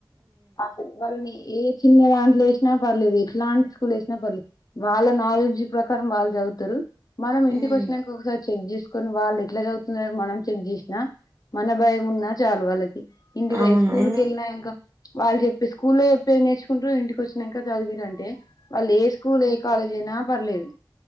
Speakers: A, on the left; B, on the right.
A: అస వాళని ఏ చిన్న దాంట్లో వేసినా పర్లేదు ఎట్లాంటి స్కూల్ వేసినా పర్లేదు వాళ్ళ నాలెడ్జ్ ప్రకారం వాళ్ళు చదువుతారు మనం ఇంటికి
B: మ్మ్
A: వచ్చినాక ఒకసారి చెక్ చేసుకో పోనీ వాళ్ళు ఎట్లా చదువుతున్నారు మనం చెక్ జేసినా మనం భయం ఉన్నా చాలు వాళ్ళకి ఇంటిద
B: అవును
A: స్కూల్
B: ఎందు
A: కి వెళ్ళినా వాళ్ళు చెప్పే స్కూల్లో చెప్పే నేర్చుకుంట్రూ ఇంటికి వచ్చినాంకా చదివిదంటే వాళ్ళు ఏ స్కూల్ ఏ కాలేజైనా పర్లేదు